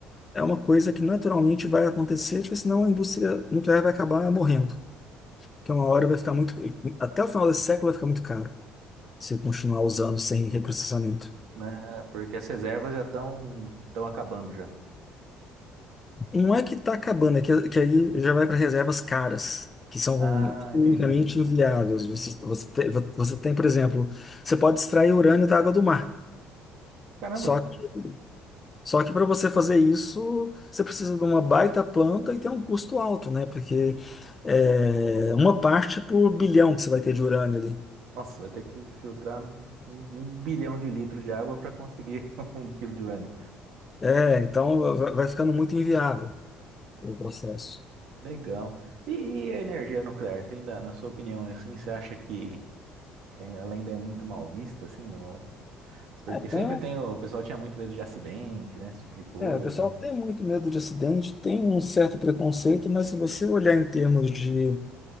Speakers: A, on the left; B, on the right.
A: é uma coisa que naturalmente vai acontecer, porque senão a indústria nuclear vai acabar morrendo. Que uma hora vai ficar muito. Até o final desse século vai ficar muito caro se continuar usando sem reprocessamento.
B: Ah, porque as reservas já estão estão acabando já.
A: Não é que está acabando, é que, que aí já vai para reservas caras, que são
B: Ah,
A: unicamente
B: entendi.
A: inviáveis. Você, você tem, você tem, por exemplo, você pode extrair urânio da água do mar.
B: Caramba.
A: Só que, só que para você fazer isso, você precisa de uma baita planta e tem um custo alto, né? Porque é uma parte por bilhão que você vai ter de urânio ali.
B: Nossa, vai ter que filtrar um um bilhão de litros de água para conseguir <laughs> um quilo de urânio.
A: É, então vai vai ficando muito inviável o processo.
B: Legal. E, e a energia nuclear? Você ainda, na sua opinião, assim, você acha que ela ainda é muito mal vista, assim, no... Porque
A: É, tá,
B: sempre tem, o o pessoal tinha muito medo de acidente, né? Esse tipo de coisa.
A: É, o pessoal tem muito medo de acidente, tem um certo preconceito, mas se você olhar em termos de